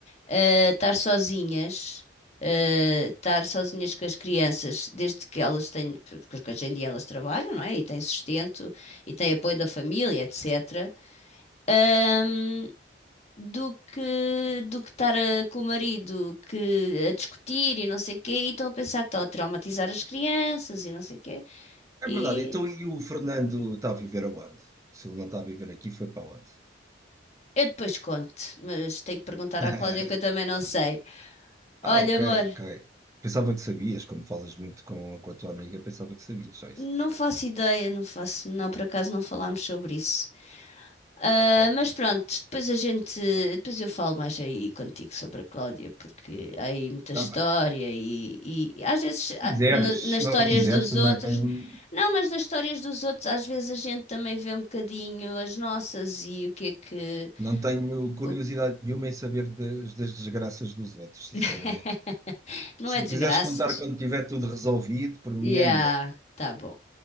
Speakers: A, on the left; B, on the right.
A: eh, estar sozinhas, eh, estar sozinhas com as crianças, desde que elas têm, porque hoje em dia elas trabalham, não é? E têm sustento, e têm apoio da família, etc. Ahm, do que do que estar a- com o marido que a discutir e não sei o quê, e estão a pensar que estão a traumatizar as crianças e não sei o quê. E
B: É verdade. Então, e o Fernando está a viver aonde? Se ele não está a viver aqui, foi para onde?
A: eu depois conto, mas tenho que perguntar
B: <laughs>
A: à Cláudia que eu também não sei. Olha,
B: Ah, ok,
A: amor,
B: ok. Pensava que sabias, como falas muito com, com a tua amiga, pensava que sabias só isso.
A: não faço ideia, não faço, não, por acaso não falámos sobre isso. Ah,
B: Ok, ok.
A: mas pronto, depois a gente, depois eu falo mais aí contigo sobre a Cláudia, porque há aí muita
B: Está
A: história
B: bem.
A: e, e às vezes
B: Se quiseres,
A: ah, na- nas
B: se não
A: histórias
B: quiseres,
A: dos
B: também
A: outros, não, mas nas histórias dos outros às vezes a gente também vê um bocadinho as nossas e o que é que,
B: não tenho curiosidade
A: o que-
B: nenhuma em saber das, das desgraças dos outros, sinceramente.
A: <laughs> não
B: Se
A: é desgraças.
B: me quiseres contar quando tiver tudo resolvido, por mim
A: Yeah,
B: é melhor.
A: tá bom.